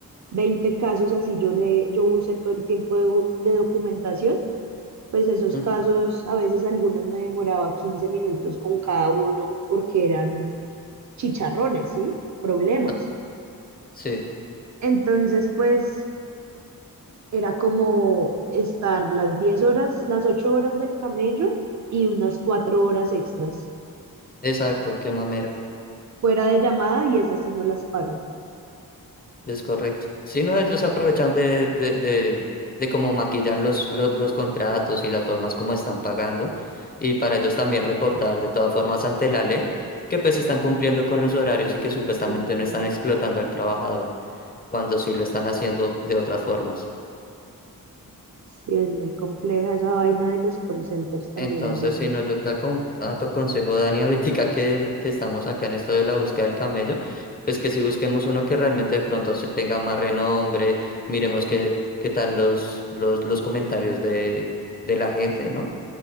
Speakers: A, on the right; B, on the left.
A: 20 casos así yo le, yo usé todo el tiempo de, do- de documentación, pues esos
B: ujú.
A: casos, a veces algunos me demoraba 15 minutos con cada uno porque eran chicharrones, ¿sí? Problemas.
B: Ah, sí,
A: Entonces, pues era como estar las 10 horas, las 8 horas del camello y unas 4 horas extras
B: exacto, qué mamera.
A: fuera de llamada y esas sí no las pagan.
B: Es correcto. Si no, ellos aprovechan de, de, de, de cómo maquillan los, los, los contratos y las formas como están pagando. Y para ellos también reportar de todas formas ante la ley que pues están cumpliendo con los horarios y que supuestamente
A: Ujú.
B: no están explotando al trabajador, cuando sí lo están haciendo de otras formas.
A: Sí, es muy compleja esa vaina de los call centers también
B: Entonces,
A: a veces.
B: si no, yo te acom- a tu consejo, Dani, <laughs> ahorita que, que estamos acá en esto de la búsqueda del camello, pues que si busquemos uno que realmente de pronto se tenga más renombre, miremos qué, qué tal los, los, los comentarios de, de la gente, ¿no?